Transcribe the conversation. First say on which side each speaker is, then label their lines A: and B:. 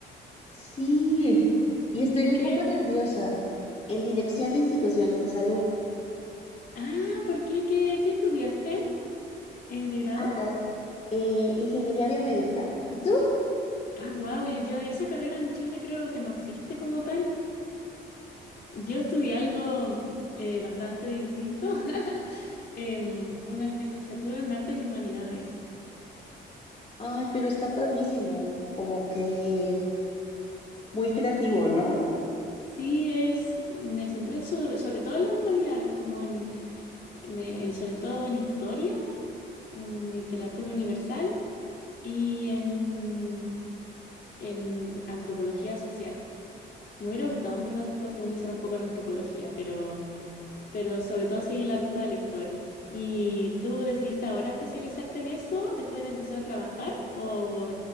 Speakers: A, on the left; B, on the left.
A: sí, y estoy
B: ¿En
A: un
B: qué?
A: poco nerviosa en dirección de instituciones de salud
B: Ah, ¿por qué? ¿Qué, qué estudiaste eh, de grado?
A: a la eh, ingeniería biomédica. ¿Y tú?
B: Ah, wow, yo, esa carrera en Chile creo que no existe como tal. Yo estudié algo eh, bastante distinto, <laughs> Em, una licenciatura en Artes y Humanidades.
A: Ay, pero está padrísimo, como que muy creativo, ¿no?
B: Sí, es, me centré en sobre, sobre todo en las humanidades, como en, me- en sobre todo en historia, en literatura universal y en en antropología social. Me hubiera gustado, en verdad, profundizar un poco en antropología, pero, pero sobre todo seguí la ruta de la historia. ¿Y tú decidiste ahora especializarte en eso después de empezar a trabajar o